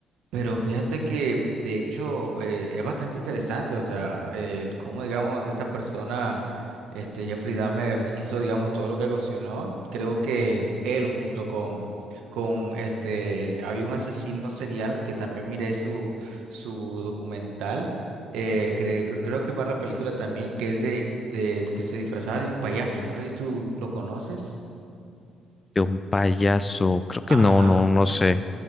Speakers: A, on the right; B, on the left.
A: Pero fíjate que de hecho eh, es bastante interesante, o sea, el cómo digamos esta persona, este Jeffrey Dahmer hizo digamos todo lo que ocasionó. Creo que él junto con con este había un asesino serial que también miré su su documental, eh, cre- cre- creo que para la película también que es de de que se disfrazaba de un payaso. No sé si tú lo conoces.
B: De un payaso, creo que
A: Ajá.
B: no, no, no sé.